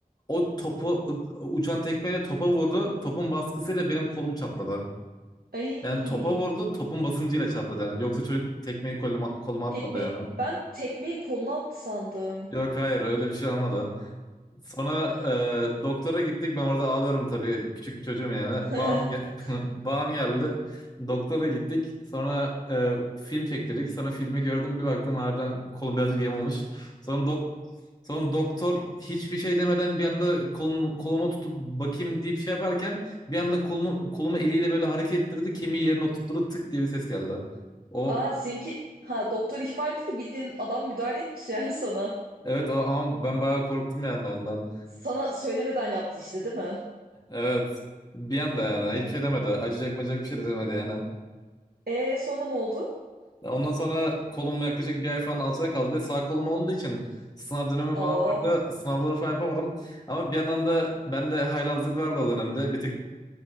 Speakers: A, on the left; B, on the right.
A: O topu uçan tekmeyle topa vurdu. Topun baskısıyla benim kolum çatladı.
B: Ay.
A: Yani topa vurdu, topun basıncıyla çatladı yani. Yoksa çocuk tekmeyi koluma, koluma atmadı
B: Tekme
A: yani.
B: ben tekmeyi koluna attı sandım.
A: Yok hayır öyle bir şey olmadı. Sonra e, doktora gittik. Ben orada ağlıyorum tabii. Küçük bir çocuğum yani.
B: <laughs>
A: Bağım, ge- <laughs> bağım geldi. Doktora gittik. Sonra e, film çektirdik. Sonra filmi gördüm. Bir baktım harbiden kolum birazcık yem olmuş. Sonra dok Sonra doktor hiçbir şey demeden bir anda kolunu, koluma tutup bakayım deyip şey yaparken bir anda kolunu, kolumu eliyle böyle hareket ettirdi. Kemiği yerine oturttu tık diye bir ses geldi. O
B: Ha seninki ha doktor ihmal değil de bildiğin adam müdahale etmiş yani sana.
A: evet o, ama ben bayağı korktum yani ondan.
B: Sana söylemeden yaptı işte değil mi?
A: Evet. Bir anda yani hiçbir şey demedi. Acıyacak macacak bir şey de demedi yani.
B: E sonra ne oldu?
A: Ya Ondan sonra kolum yaklaşık bir ay falan alçada kaldı. Bir de sağ kolum olduğu için sınav dönemi
B: Oo
A: falan vardı. Sınavları falan yapamadım. Ama bir yandan da bende haylazlık vardı o dönemde. Bir tık